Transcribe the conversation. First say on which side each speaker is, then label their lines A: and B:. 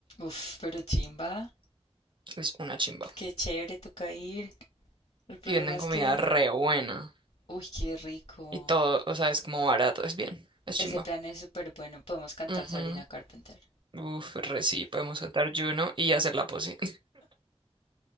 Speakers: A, on the left; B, on the right.
A: Uf, pero chimba.
B: Es una chimba.
A: Qué chévere, toca ir. El problema
B: Y venden
A: es
B: comida
A: que...
B: re buena.
A: Uy, qué rico.
B: Y todo, o sea, es como barato, es bien, es
A: Ese
B: chimba.
A: plan es súper bueno. Podemos cantar
B: Ujú.
A: Sabrina Carpenter.
B: Uf, re sí, podemos cantar Juno y hacer la pose.